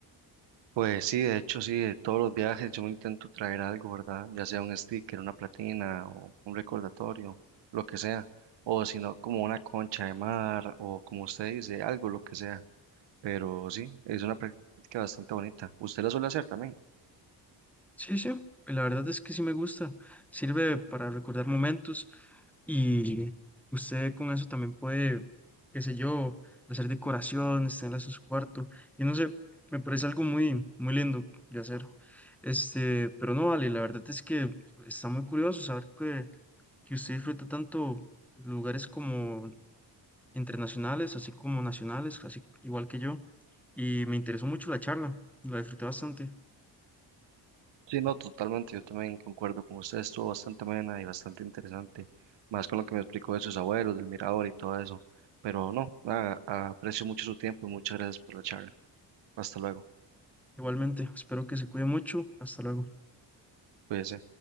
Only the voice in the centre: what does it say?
Sí, sí, y la verdad es que sí me gusta. Sirve para recordar momentos y usted con eso también puede, qué sé yo, hacer decoraciones, tenerlas en su cuarto. Y no sé, me parece algo muy, muy lindo de hacer. Este, pero no vale, la verdad es que está muy curioso saber que, que usted disfruta tanto lugares como internacionales, así como nacionales, así igual que yo. Y me interesó mucho la charla, la disfruté bastante.
Igualmente, espero que se cuide mucho. Hasta luego.